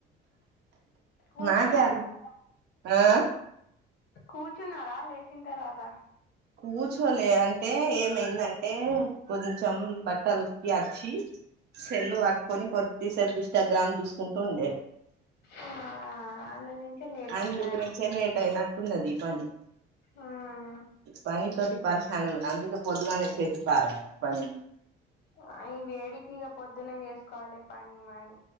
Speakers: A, on the left; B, on the right.
A: కూర్చున్నారేమో
B: నాకే ఆ
A: కూర్చున్నారా లేచిన తర్వాత
B: కూర్చోలే అంటే ఏమైందంటే కొంచెం బట్టలు ఉత్కి వచ్చి సేల్లు పట్టుకొని కొద్ది సేపు ఇస్టాగ్రామ్ చూసు కుంటుండే
A: ఆ అందు మించి లేట్
B: అందు
A: అయిందండి
B: గురించే లేట్ అయినట్ ఉన్నది పని
A: ఉమ్
B: పని తోటి పరేషాన్ ఉండే అందుకే పొద్దుగాలనే చేసి పారేయాలె పని
A: ఆ ఈ వేడికి ఇక పొద్దున్నే చేసుకోవాలి పని మని